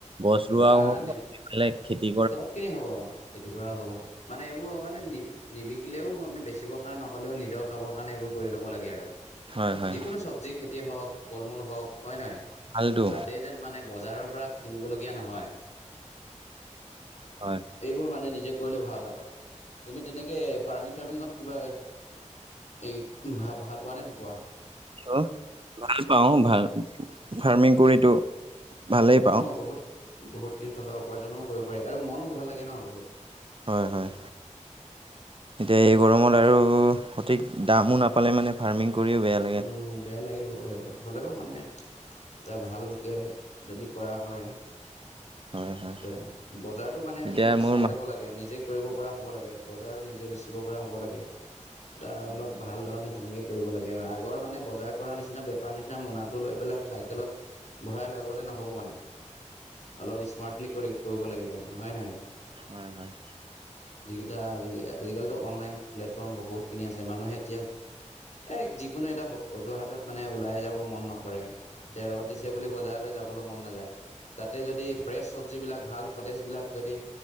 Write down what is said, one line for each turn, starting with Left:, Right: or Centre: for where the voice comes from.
Right: গছ ৰোৱাও
Left: বা
Right: হ'ব
Left: নে
Right: বেলেগ খেতি
Left: চবখিনি হ'ব খেতি কৰাও হ'ব। মানে এইবোৰ মানে নি নিবিকিলেও আমি বেচিব কাৰণে নহ'লেও নিজৰ খাবৰ কাৰণে এইবোৰ কৰি ল'ব লাগে আৰু।
Right: হয় হয়
Left: যিকোনো চব্জি খেতি হওঁক ফল মূল হওঁক হয় নহয়
Right: ভালটো
Left: যাতে যেন মানে বজাৰৰ পৰা কিনিবলগীয়া নহয়
Right: হয়।
Left: এইবোৰ মানে নিজে কৰিলে ভাল আৰু তুমি তেনেকৈ ফাৰ্মিং চাৰ্মিঙত কিবা এ এই ভ ভাল পোৱা নে নোপোৱা।
Right: অ', ভাল পাওঁ ভাল ফাৰ্মিং কৰিতো ভালেই পাওঁ
Left: অ', বহুত বহুতখিনি থকা উপাৰ্জনো কৰিব পাৰি আৰু মনো ভাল লাগে ন বহুত
Right: হয়, হয়। এতিয়া এই গৰমত আৰু সঠিক দামো নাপালে মানে ফাৰ্মিং কৰিও বেয়া লে
Left: উম, বেয়া লাগিব হ'লেও মানে তই ভালকে যদি কৰা হয়।
Right: হয় হয়
Left: এ বজাৰতো মানে আমি
Right: এতিয়া মোৰ
Left: চাই ল'ব লাগে আৰু নিজে কৰিব পৰা হ'ব লাগে বজাৰ নিজে বেচিব পৰা হ'ব লাগে এটা
Right: হয়
Left: অলপ
Right: হয়
Left: ভাল ধৰণে তেনেকৈ কৰিব লাগে আৰু আগৰ মানে বজাৰ কৰা নিচিনা বেপাৰ নিচিনা মোনাটো লৈ পেলাই চাইকেলত ভৰাই লৈ গ'লে নহ'ব মানে অলপ স্মাৰ্টলি কৰিব লাগিব আমি হয়ে নহয়।
Right: হয় হয়
Left: যিকেইটা আজিকালিতো অনলাইন প্লেটফৰ্ম বহুতখিনি আছে মানুহে এতিয়া এ যিকোনো এটা অজুহাতত মানে ওলাই যাব মন নকৰে তে ৰ'দ দিছে বুলি বজাৰলৈ যাবলে মন নাযায় তাতে যদি ফ্ৰেছ চব্জিবিলাক ভাল সতেজবিলাক যদি